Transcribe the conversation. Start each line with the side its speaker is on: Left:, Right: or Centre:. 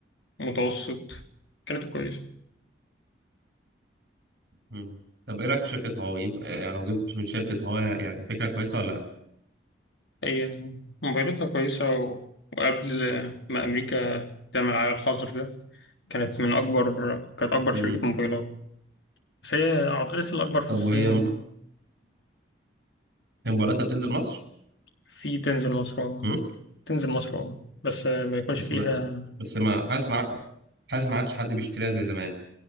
Left: متوسط كانت كويسة
Right: مم. طب ايه رايك في شركه هواوي ينفع- يعني لو جبت من شركه هواوي يعني فكره كويسه ولا لا
Left: هي موبايلاتها كويسة و... وقبل ما أمريكا تعمل على الحظر ده كانت من أكبر كانت أكبر
Right: مم.
Left: شركة موبايلات بس هي عط- لسه الأكبر في
Right: طب
Left: الصين
Right: وهي م- هي موبايلاتها بتنزل مصر
Left: في تنزل مصر أه.
Right: مم.
Left: تنزل مصر أه. بس ما يكونش
Right: بس
Left: فيها
Right: م- بس ما حاسس ما حاسس ما عادش حد بيشتريها زي زمان